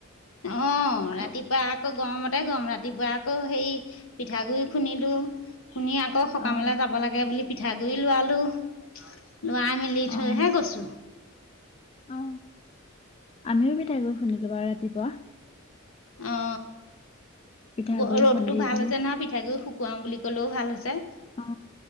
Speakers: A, on the left; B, on the left.
A: অ
B: খাব
A: ৰাতিপুৱা আকৌ। গৰমতে গৰম ৰাতিপুৱা আকৌ সেই পিঠাগুৰি খুন্দিলো। শুনি আকৌ সকামলৈ
B: অ
A: যাব লাগে বুলি পিঠাগুৰি লোৱা। লোৱা ই মেলি থৈহে
B: অ
A: গৈছো।
B: অ আমিও বিঠাই গৈ শুনিলো ব আৰু ৰাতিপুৱা।
A: অ
B: পিঠাগুৰি
A: গ ৰ'দতটো
B: খুন্দিলো
A: ভাল যে না পিঠাগুডৰি শু। কুৱাওঁ বুলি ক'লেও ভাল হৈছে।
B: অ